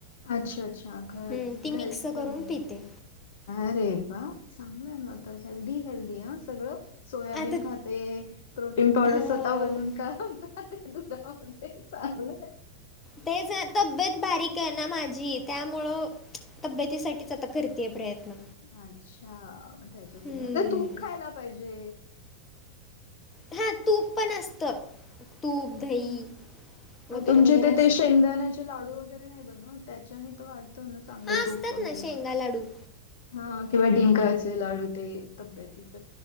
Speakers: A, on the left; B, on the left.
A: अच्छा अच्छा घर
B: हं, ती
A: घरीच
B: मिक्स
A: बनवे
B: करून पिते.
A: अरे वा चांगलंय म तर हेल्दी हेल्दी ह सगळं सोयाबीन
B: आता
A: खात ते प्रोटीन पावडर
B: हो.
A: स्वतः बनून का ते ते चांगलंय.
B: तेच तब्येत बारीक आहे ना माझी त्यामुळं तब्येतीसाठीच आता करतेय प्रयत्न
A: अच्छाग त्याच्यासाठी
B: हं.
A: मग तूप खायला पाहिजे
B: हा तूप पण असत तूप दही
A: हम्म. मग
B: वगैरे
A: तुमच्या
B: वगैरे
A: इथे
B: असतं
A: ते शेंगदाण्याचे लाडू वगैरे नाही बन त्याच्याने वाढत ना चांगलं
B: हां,
A: तूप
B: असतात
A: वगैरे
B: ना शेंगा लाडू.
A: हा किंवा डिंका अस लाडू ते तब्यतीस